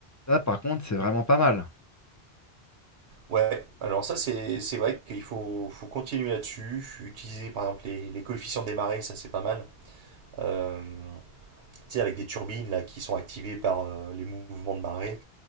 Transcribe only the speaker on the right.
Ouais, alors ça c'est c'est vrai qu'il faut, faut continuer là-dessus, utiliser par exemple les, les coefficients des marées, ça c'est pas mal. Euh, tu sais, avec des turbines là qui sont activées par euh, les mouvements de marée.